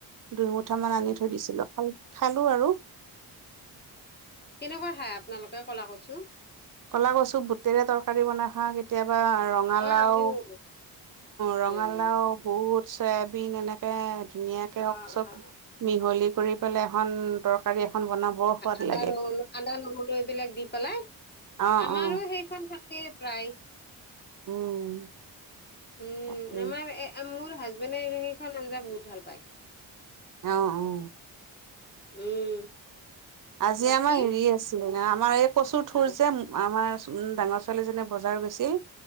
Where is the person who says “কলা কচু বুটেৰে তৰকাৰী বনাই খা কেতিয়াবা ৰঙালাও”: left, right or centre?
Right